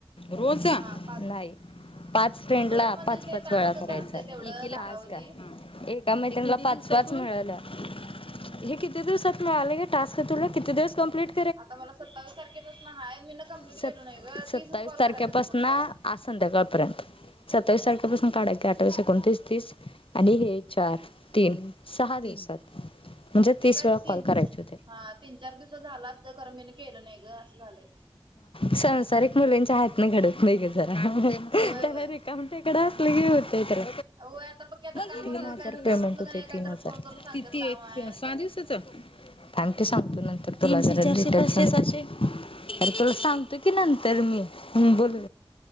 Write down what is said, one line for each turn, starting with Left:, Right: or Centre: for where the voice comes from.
Left: रोज
Right: हा पाच
Left: नाही पाच फ्रेंड
Right: रोज
Left: ला
Right: म्हणजे
Left: पाच
Right: ते
Left: पाच
Right: टास्कच
Left: वेळा करायचाला
Right: असतंय तेवढं कालावधी
Left: का का महि त्यांना पाचवच मिळाल्या हे किती दिवसात म आलाग टस्कतरला कि दिव क्लीट
Right: आता मला सत्तावीस तारखेपासून आहेय मी ना कम्प्लीट
Left: सत्
Right: केलो नाही ग
Left: सत्तावीस
Right: तीसच कॉल
Left: तारखेपासून
Right: करायचं होतं फक्त
Left: आज संध्याकाळपर्यंत सत्तावीस तारखेपासून काढा की अठवीस एकोणतीस तीस आणि हे चार तीन सहा दिवसात म्हणजे
Right: ते
Left: तिस
Right: काय
Left: वेळा
Right: तीन
Left: कॉल करायचे होते
Right: हा तीन चार दिवस झालं असतं खरं मी केलं नाही ग असं झालंय
Left: सरसरीत मुलींच्या हातने घडत नाही ग जरा
Right: होय होय
Left: काय म्हणते इकडं असलं के होतय तर
Right: होय आता बघ की आता काम
Left: तीन
Right: आता
Left: हजार
Right: काहीतरी काम
Left: पेमेंट
Right: असलं
Left: होते
Right: का नाही काहीतरी
Left: तीन हजार
Right: फोन करून सांगतात
Left: किती
Right: काम आहे असं
Left: सहा दिवसाच
Right: तसं.
Left: थँक्यू सांगतो नंतर तुला जरा डिटेल्स अरे तुला सांगतो की नंतर मी बोल